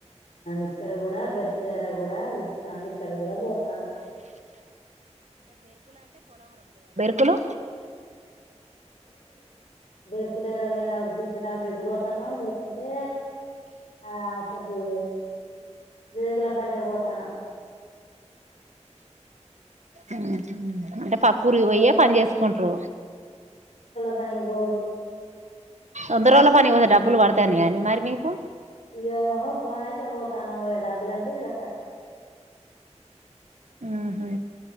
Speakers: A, on the left; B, on the right.
A: ఇక్కడ కూడా బేరుక్ కులేరా కూడా పిలుత్తాంది ఇక్కడ కూడా పోతాన్నం
B: హలో
A: <unintelligible> బెరుకుల యాడ్ పొయినా పిలు పిలిచినప్పుడు ఇటు పోతున్నాం లేకుంటే ఆ అక్కడకు రేగుల పల్లెకు పోతాన్నం
B: ఉహు అంటే పక్క ఊరికి
A: రోజుల
B: పోయే పని చేసుకుంట్రు
A: పని బో
B: ఉద్దా రోళ్ళా పనికి పోయి డబ్బులు పడ తన్నయా అండి మరి మీకు
A: ఏ మో పోను అయితే పోతున్నాం డబ్బులు అంటే ఇక
B: ఆహా